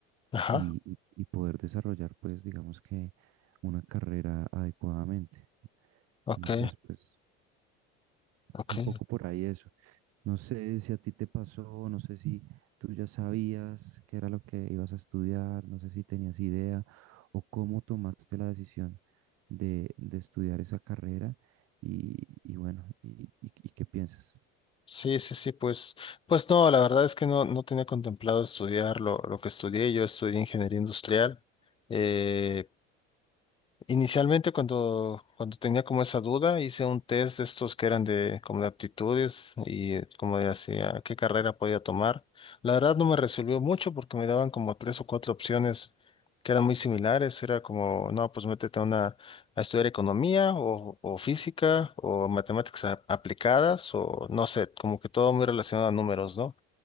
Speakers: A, on the left (about 20°); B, on the right (about 55°).
A: Ajá,
B: y, y- y poder desarrollar, pues, digamos que una carrera adecuadamente.
A: ok,
B: Entonces, pues,
A: ok.
B: un poco por ahí eso. No sé si a ti te pasó, no sé si tú ya sabías qué era lo que ibas a estudiar, no sé si tenías idea o cómo tomaste la decisión de, de estudiar esa carrera y, y bueno, y, y- y qué piensas.
A: Sí, sí, sí, pues, pues no, la verdad es que no, no tenía contemplado estudiar lo, lo que estudié. Yo estudié ingeniería industrial. Eh, Inicialmente cuando, cuando tenía como esa duda, hice un test de estos que eran de como de aptitudes y eh, como de hacia qué carrera podía tomar. La verdad no me resolvió mucho porque me daban como tres o cuatro opciones que eran muy similares. Era como, no, pues métete a una, a estudiar economía o, o física o matemáticas a- aplicadas o no sé, como que todo muy relacionado a números, ¿no?